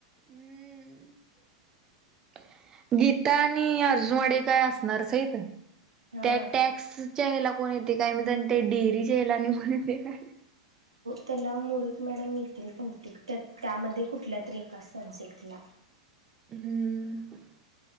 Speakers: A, on the right; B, on the right.
A: हम्म गीता आणि अर्जुनवाडे काय असणारच आहेत
B: हा
A: त्या टॅक्स याला कोण येते काय मी त्या डेअरीच्या याला आणि कोण येते काय
B: त्याला मुळीक मॅडम मिळतील भौतिक तर त्यामध्ये कुठल्या तररी एका सब्जेक्टला.
A: हम्म